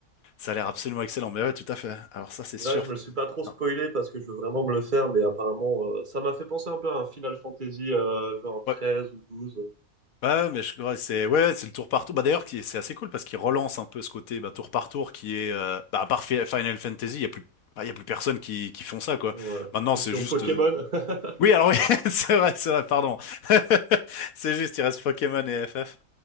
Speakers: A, on the left; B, on the right.
A: ça a l'air absolument excellent. Mais ouais, tout à fait. Alors ça, c'est sûr.
B: Là, je me le suis pas trop spoilé
A: Non.
B: parce que je veux vraiment me le faire, mais apparemment, euh, ça m'a fait penser un peu à un Final Fantasy, euh, genre 13
A: Ouais,
B: ou 12.
A: Ouais, mais je crois que c'est ouais, c'est le tour par tour. Bah d'ailleurs, qui- c'est assez cool parce qu'il relance un peu ce côté bah, tour par tour qui est euh, bah, à part Fi- Final Fantasy, il y a plus bah, il y a plus personne qui qui font ça quoi.
B: Ouais.
A: Maintenant,
B: Ou
A: c'est
B: sinon
A: juste
B: Pokémon.
A: euh,
B: <laughs>
A: Oui, alors oui, <laughs> c'est vrai, c'est vrai, pardon. <laughs> C'est juste, il reste Pokémon et FF.